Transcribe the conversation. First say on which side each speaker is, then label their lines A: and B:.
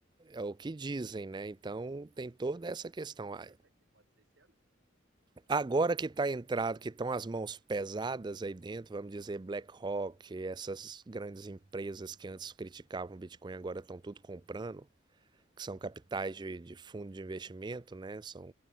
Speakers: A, on the right; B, on the right.
A: É o que dizem, né? Então tem toda essa questão.
B: mas você não acredita
A: Ah,
B: que pode ser esse ano?
A: Agora que tá entrado, que estão as mãos pesadas aí dentro, vamos dizer BlackRock, essas grandes empresas que antes criticavam o Bitcoin, agora estão tudo comprando. que são capitais de, de fundo de investimento, né? São